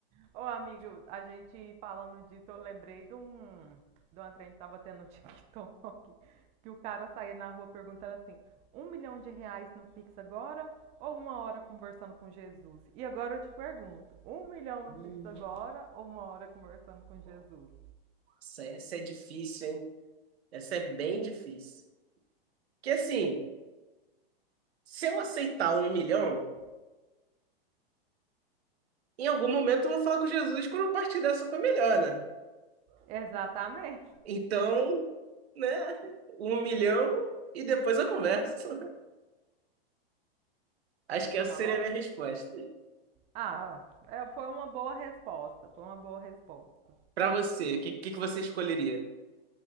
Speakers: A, on the right (about 20°); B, on the right (about 80°).
A: Ô, amigo, a gente falando disso, eu lembrei de um. De uma trend que tava tendo no <laughs> TikTok. Que o cara saía na rua perguntando assim: um milhão de reais no Pix agora ou uma hora conversando com Jesus? E agora eu te pergunto: um milhão no
B: Hum,
A: Pix agora ou uma hora conversando com Jesus?
B: Nossa, essa é difícil, hein? Essa é bem difícil. Que assim. Se eu aceitar um milhão, em algum momento eu vou falar com Jesus quando eu partir dessa foi melhor, né?
A: Exatamente.
B: Então, né? Um milhão e depois eu converso. <laughs> Acho que
A: Não.
B: essa seria a minha resposta.
A: Ah, é, foi uma boa resposta. Foi uma boa resposta.
B: Pra você, o que, que, que você escolheria?